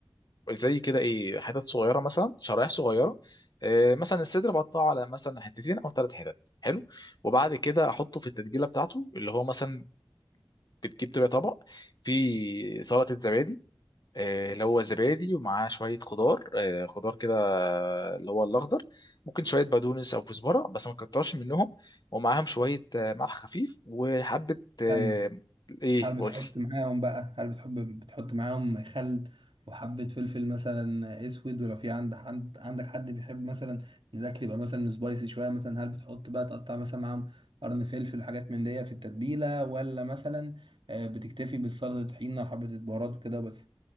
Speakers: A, on the left (about 55°); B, on the right (about 90°).
A: زي كده ايه حتت صغيره مثلا شرايح صغيره إيه مثلا الصدر بقطعه على مثلا حتتين او ثلاث حتت حلو وبعد كده احطه في التتبيله بتاعته اللي هو مثلا بتجيب تبقى طبق فيه سلطه زبادي آه، اللي هو زبادي ومعاه شوية خضار آه، خضار كده آه، اللي هو الأخضر ممكن شوية بقدونس أو كزبرة بس ما تكترش منهم ومعاهم شوية آه، ملح خفيف وحبة آه،
B: احسن
A: ايه
B: هل بتحط
A: قولي
B: معاهم بقى هل بتحب بتحط معاهم خل وحبة فلفل مثلا اسود ولو في عندك عند عندك حد بيحب مثلا إن الاكل يبقى مثلا سبايسي شوية مثلا هل بتحط بقى تقطع مثلا معاهم قرن فلفل حاجات من دي في التتبيلة ولا مثلا آه، بتكتفي بالسلطة طحينة وحبة البهارات وكده بس